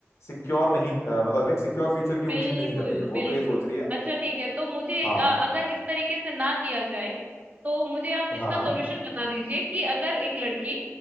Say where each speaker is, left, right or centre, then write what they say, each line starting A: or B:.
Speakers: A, on the left; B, on the right.
A: सिक्योर नहीं अ, मतलब एक सिक्योर फ्यूचर की
B: बिल्कुल
A: उम्मीद नहीं कर रही है वो
B: बिल्कुल
A: तो ये सोच रही है
B: अच्छा ठीक है तो मुझे
A: हाँ
B: एक अ, अगर इस तरीके से ना किया जाए तो मुझे आप
A: हाँ
B: इसका सॉल्यूशन बता दीजिए कि अगर एक लड़की